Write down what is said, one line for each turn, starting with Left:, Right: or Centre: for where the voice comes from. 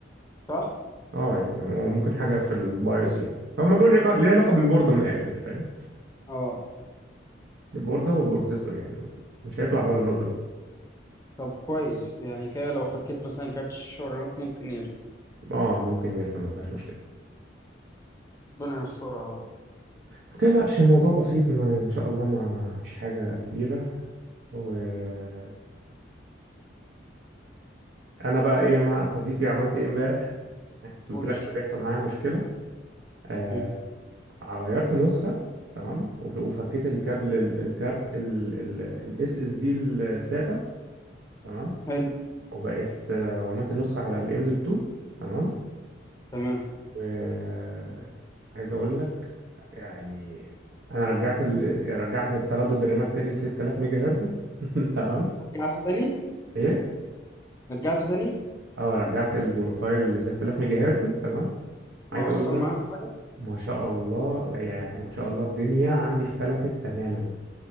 Left: صح؟
Right: اه يعني ممكن حاجه في البايوس يعني هما دول عق- ليه علاقه بالبورده من الاخر يعني فاهم
Left: اه
Right: البورده والبروسيسور يعني مش هيطلع بره النقطه دي
Left: طب كويس يعني كده لو فكيت مثلا كارت الشاشة والرامات ممكن يرجع
Right: اه ممكن يركب ما فيهاش مشكله
Left: ربنا يسترها بقى
Right: ما تقلقش الموضوع بسيط ما ان شاء الله ما فيش حاجه كبيره وانا بقى ايه مع صديقي عملت ايه امبارح انا كنت قلت
Left: قول
Right: لك
Left: لي
Right: إن بيحصل معايا مشكله آه،
Left: مم.
Right: غيرت نسخة تمام وف- وفكيت الكابل ال- الكارت الاس اس دي الساتا تمام
Left: حلو
Right: وبقت آه، وعملت نسخة على الام دوت 2 تمام
Left: تمام
Right: و عايز اقول لك يعني انا رجعت ال... رجعت تردد الرامات تاني ل 6000 ميجا هرتز <laughs> تمام
Left: رجعته تاني؟
Right: ايه
Left: رجعته تاني؟
Right: اه رجعت البروفايل ل 6000 ميجا هرتز تمام
Left: ما
Right: عايز اقول
Left: أثر
Right: لك
Left: معاك في حاجة؟
Right: ما شاء الله يعني ما شاء الله الدنيا عندي اختلفت تماما